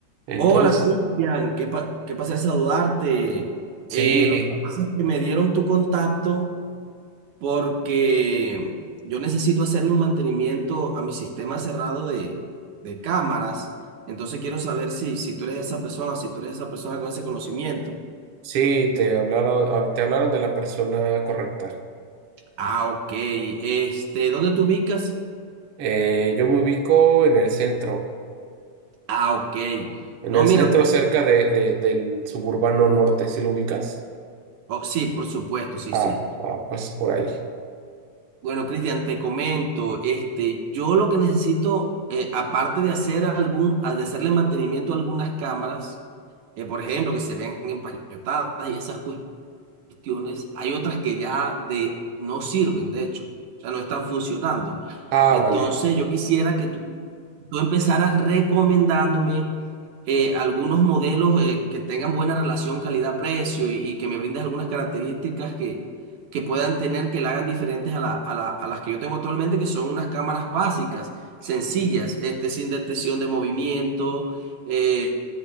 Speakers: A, on the right (about 60°); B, on the right (about 80°).
A: Entonces,
B: Hola, Cristian, qué, pa- qué pasé a saludarte.
A: sí,
B: Eh, lo que pasa es que me dieron tu contacto porque yo necesito hacerle un mantenimiento a mi sistema cerrado de, de cámaras. Entonces quiero saber si, si tú eres esa persona, si tú eres esa persona con ese conocimiento.
A: sí, te hablaron, hab- te hablaron de la persona correcta.
B: Ah, ok. Este, ¿dónde te ubicas?
A: Eh, yo me ubico en el centro,
B: Ah, ok.
A: en
B: No,
A: el
B: mira,
A: centro cerca de, de- del suburbano norte, ¿sí lo ubicas?
B: oh, sí, por supuesto, sí,
A: Ah,
B: sí.
A: ah, pues por ahí.
B: Bueno, Cristian, te comento, este, yo lo que necesito, eh, aparte de hacer algún, a- de hacerle mantenimiento a algunas cámaras, eh, por ejemplo, que se vean empañotadas y esas cuestiones, hay otras que ya de, no sirven, de hecho, o sea, no están funcionando.
A: Ah,
B: Entonces,
A: vale,
B: yo quisiera que tú, tú empezaras recomendándome eh, algunos modelos eh, que tengan buena relación calidad-precio y, y que me brindes algunas características que, que puedan tener, que la hagan diferentes a, la- a la- a las que yo tengo actualmente, que son unas cámaras básicas, sencillas, este, sin detección de movimiento. eh,